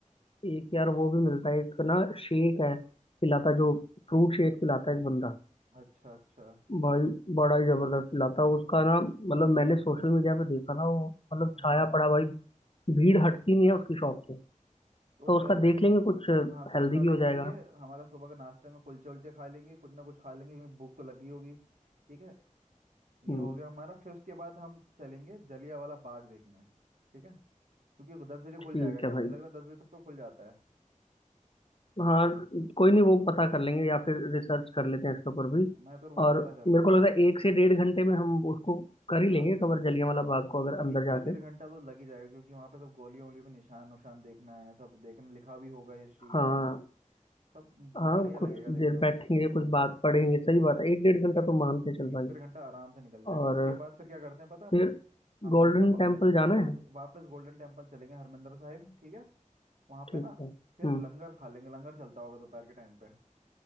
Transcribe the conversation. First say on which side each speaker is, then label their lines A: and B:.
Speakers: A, on the left; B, on the right.
A: एक यार वो भी मिलता है एक ना शेक है पिलाता जो फ्रूट शेक पिलाता है एक बंदा
B: अच्छा अच्छा
A: भाई
B: तो
A: बड़ा ही जबरदस्त पिलाता है उसका ना मतलब मैंने सोशल मीडिया पे देखा था वो मतलब छाया
B: हाँ
A: पड़ा भाई भीड़ हटती नहीं है उसकी शॉप से तो
B: तो
A: उसका
B: फिर
A: देख लेंगे कुछ
B: हाँ तो
A: हेल्दी
B: उसका
A: भी
B: देख
A: हो
B: लेंगे
A: जाएगा
B: हमारा सुबह का नाश्ते में कुलचे उलचे खा लेंगे कुछ ना कुछ खा लेंगे क्योंकि भूख तो लगी होगी ठीक है ये
A: हम्म
B: हो गया हमारा फिर उसके बाद हम चलेंगे जलियांवाला बाग देखने ठीक है क्योंकि वो दस बजे खुल
A: ठीक
B: जाएगा शायद
A: है भाई
B: मुझे लग रहा है दस बजे तक तो खुल जाता है
A: हाँ कोई नहीं वो पता कर लेंगे या फिर रिसर्च कर लेते हैं इसके ऊपर भी
B: मैं तो वो तो
A: और
B: पता कर
A: मेरे
B: लेंगे
A: को लगता है एक से डेढ़ घंटे में हम उसको कर ही
B: हाँ
A: लेंगे कवर जलियांवाला बाग को अगर
B: एक
A: अंदर
B: से
A: जाके
B: डेढ़ घंटा तो लग ही जाएगा क्योंकि वहाँ पे सब गोलियों वोलियों के निशान उशान देखना है सब देखने लिखा भी होगा हिस्ट्री के
A: हाँ
B: बारे में सब
A: हाँ
B: बढ़िया लगेगा
A: कुछ
B: देखते
A: देर
B: हुए
A: बैठेंगे कुछ बात पढ़ेंगे सही बात है एक डेढ़ घंटा तो मान के
B: एक
A: चल भाई
B: डेढ़ घंटा आराम से निकल जाएगा
A: और
B: उसके बाद फिर क्या करते हैं पता है हम?
A: फिर
B: हम चलते
A: गोल्डन
B: हैं वा,
A: टेम्पल
B: वापस
A: जाना है
B: वापस गोल्डन टेम्पल चलेंगे हरमिंदर साहिब ठीक है वहाँ
A: ठीक
B: पे ना
A: है
B: फिर
A: हम्म
B: लंगर खा लेंगे लंगर चलता होगा दोपहर के टाइम पे